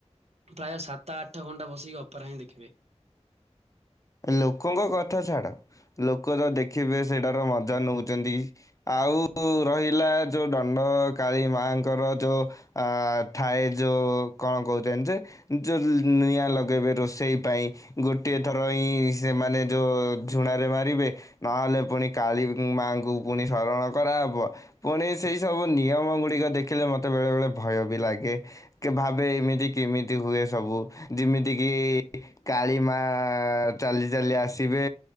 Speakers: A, on the right; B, on the left.
A: ପ୍ରାୟ ସାତ ଆଠ ଘଣ୍ଟା ବସିକି ଅପେରା ହିଁ ଦେଖିବେ।
B: ଲୋକଙ୍କ କଥା ଛାଡ ଲୋକ ତ ଦେଖିବେ ସେଇଟାର ମଜା ନଉଛନ୍ତି। ଆଉ ରହିଲା ଯେଉଁ ଦଣ୍ଡ କାଳୀ ମାଙ୍କର ଯୋଉଁ ଅ ଥାଏ ଯୋଉ କଣ କହୁଛନ୍ତି ଯେ? ଯେଉ ଲ୍ ନିଆଁ ଲଗେଇବେ ରୋଷେଇ ପାଇଁ ଗୋଟିଏ ଥର ହିଁ ସେମାନେ ଯୋଉଁ ଝୁଣାରେ ମାରିବେ। ନହେଲେ ପୁଣି କାଳୀ ମାଙ୍କୁ ପୁଣି ଶରଣ କରାହେବ। ପୁଣି ସେଇ ସବୁ ନିୟମ ଗୁଡିକ ଦେଖିଲେ ମତେ ବେଳେ ବେଳେ ଭୟ ବି ଲାଗେ। ଭାବେ ଏମିତି କେମିତି ହୁଏ ସବୁ ଯେମିତି କିି କାଳିମା ଆ ଚାଲି ଚାଲି ଆସିବେ।